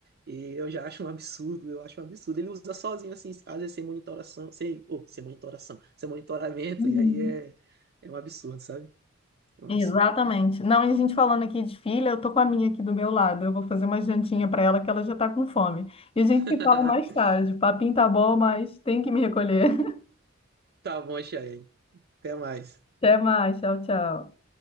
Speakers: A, on the right; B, on the left.
A: E eu já acho um absurdo, eu acho um absurdo. Ele usa sozinho, assim, às vezes sem monitoração, sem, oh, sem monitoração, sem monitoramento,
B: Uhum.
A: e aí é, é um absurdo, sabe? É um absurdo.
B: Exatamente. Não, e a gente falando aqui de filha, eu tô com a minha aqui do meu lado. Eu vou fazer uma jantinha para ela que ela já tá com fome. E a gente
A: <laughs>
B: se fala mais tarde. O papinho tá bom, mas tem que me recolher. <laughs>
A: Tá bom, Chayane. Até mais.
B: Até mais. Tchau, tchau.